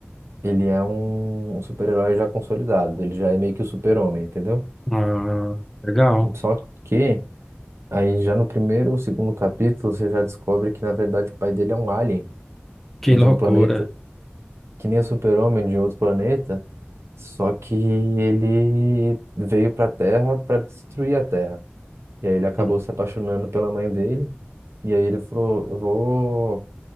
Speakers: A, on the right (about 85°); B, in the centre.
A: ele é um, um super-herói já consolidado, ele já é meio que o super-homem, entendeu?
B: Ah, legal.
A: Só que. Aí já no primeiro ou segundo capítulo você já descobre que na verdade o pai dele é um alien
B: Que
A: de
B: loucura.
A: um planeta que nem o Super-Homem de outro planeta, só que ele veio para a Terra para destruir a Terra. E aí ele acabou
B: Hum,
A: se apaixonando pela mãe dele e aí ele falou: "Eu vou